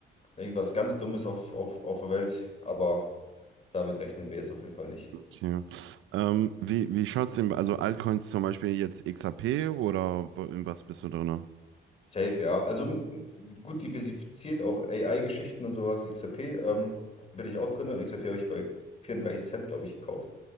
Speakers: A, on the left; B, on the right.
A: irgendwas ganz Dummes auf, auf, auf der Welt. Aber damit rechnen wir jetzt auf jeden Fall nicht.
B: Okay. Ähm, wie wie schaut's denn, also Altcoins zum Beispiel jetzt XRP oder wo- in was bist du drin?
A: Safe, ja. Also m, gut diversifiziert, auch AI-Geschichten und sowas. XRP ähm, bin ich auch drin. XRP habe ich bei 34 Cent, glaube ich, gekauft.